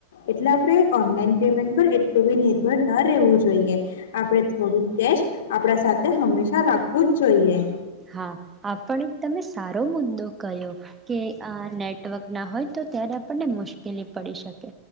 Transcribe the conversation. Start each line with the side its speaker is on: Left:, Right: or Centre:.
Left: એટલે આપણે ઓનલાઈન પેમેન્ટ પર એટલું બી નિર્ભર ન રહેવું જોઈએ આપણે થોડુંક કેશ આપણા સાથે હંમેશા રાખવું જ જોઈએ.
Right: હા આપણ એક તમે સારો મુદ્દો ક કે નેટવર્ક ના હોય તો ત્યારે આપણને મુશ્કેલી પડી શકે